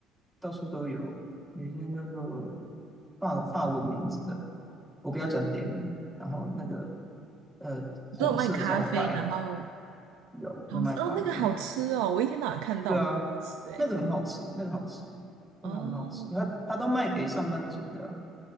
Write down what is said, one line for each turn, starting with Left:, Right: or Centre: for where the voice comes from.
Centre: 到处都有，有一间叫做法法文名字的，我不要讲店名。然后那个呃红色招牌
Right: 你说有卖咖啡，然后
Centre: 有有卖咖啡，
Right: 好像哦，那个好吃哦，我一天到晚看到我都吃诶，
Centre: 对啊，那个很好吃，那个好吃，那个很好吃。
Right: 哦，
Centre: 他他都卖给上班族的，